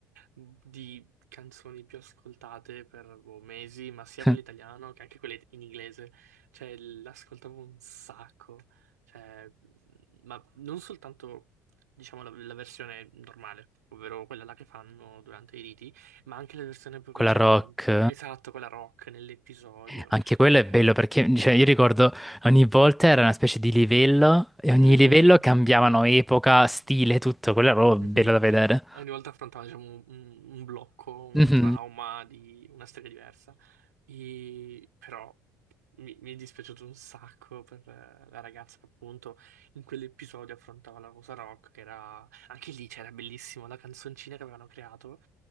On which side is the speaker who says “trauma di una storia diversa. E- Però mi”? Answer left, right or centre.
Right